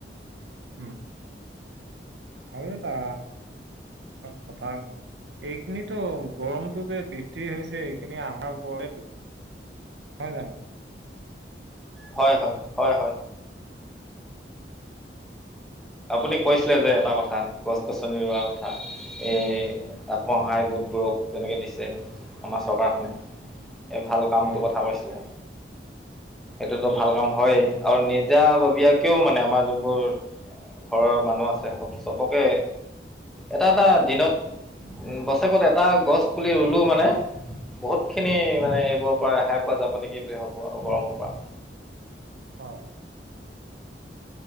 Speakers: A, on the right; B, in the centre.
A: উম সেই টা কঁঠাল। এইখিনিতো গৰমটো যে বৃদ্ধি হৈছে এইখিনি আমাৰ ওপৰৰে দুখ। হয় জানো।
B: হয় হয় হয় হয়। আপুনি কৈছিলে যে এটা কথা গছ -গছনি ৰোৱা কথা এই আত্মসহায় গোট। বোৰক যেনেকৈ দিছে আমাৰ চৰকাৰখনে এই ভাল কামটোৰ
A: হয়
B: কথা কৈছিলে। সেইটোতো
A: হয়
B: ভাল কাম হয়য়েই আৰু নিজাববীয়াকেও মানে আমাৰ যোনবোৰ। ঘৰৰ মানুহ আছে স চবকে। এটা এটা দিনত উ বছেৰেকত এটা গছ পুলি ৰুলো মানে। বহুত খিনি মানে এইবোৰৰ পৰা ৰেহাই পোৱা যাব নেকি বুলি ভাবো গৰমৰ পৰা।
A: হয়।